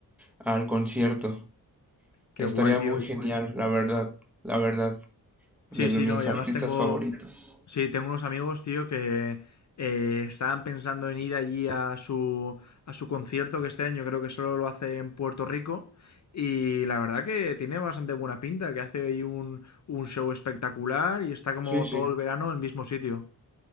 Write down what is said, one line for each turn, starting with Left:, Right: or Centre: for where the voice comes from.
Centre: al concierto.
Left: Qué
Centre: Estaría
Left: guay, tío.
Centre: muy genial, la verdad, la verdad, de
Left: Sí, sí,
Centre: los- mis
Left: no, y
Centre: artistas
Left: además tengo,
Centre: favoritos.
Left: sí, tengo unos amigos, tío, que eh, estaban pensando en ir allí a su, a su concierto, que este año creo que solo lo hace en Puerto Rico, y la verdad que tiene bastante buena pinta, que hace ahí un, un show espectacular y está como
Centre: Sí,
Left: todo
Centre: sí,
Left: el verano en el mismo sitio.